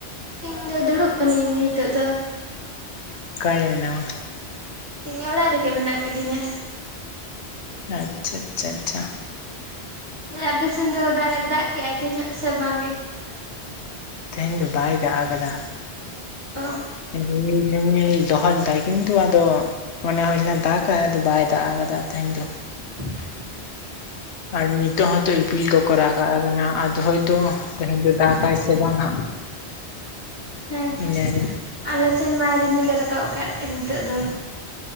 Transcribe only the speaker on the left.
ᱮᱠᱟᱭ ᱜᱮ ᱢᱮᱱᱟᱢᱟ?
ᱟᱪᱪᱷᱟ, ᱟᱪᱪᱷᱟ, ᱟᱪᱪᱷᱟ,
ᱛᱮᱦᱮᱧ ᱫᱚ ᱵᱟᱭ ᱫᱟᱜ ᱟᱠᱟᱫᱟ᱾
ᱨᱤᱢᱤᱞ ᱨᱤᱢᱤᱞ ᱫᱚᱦᱚ ᱞᱮᱫᱟᱭ ᱠᱤᱱᱛᱩ ᱟᱫᱚ ᱢᱚᱱᱮ ᱦᱩᱭ ᱞᱮᱱᱟ ᱫᱟᱜ-ᱟᱭ ᱟᱫᱚ ᱵᱟᱭ ᱫᱟᱜ ᱟᱠᱟᱫᱟ ᱛᱮᱦᱮᱧ ᱫᱚ᱾
ᱟᱨ ᱱᱤᱛᱚᱜ ᱦᱚᱸᱛᱚ ᱤᱯᱤᱞ ᱠᱚᱠᱚ ᱨᱟᱠᱟᱜ ᱟᱠᱟᱱᱟ ᱟᱫᱚ ᱦᱳᱭᱛᱚ ᱛᱮᱦᱮᱧ ᱫᱚ ᱫᱟᱜᱟᱭ ᱥᱮ ᱵᱟᱝ ᱦᱟᱸᱜ᱾
ᱤᱧᱟᱹᱜ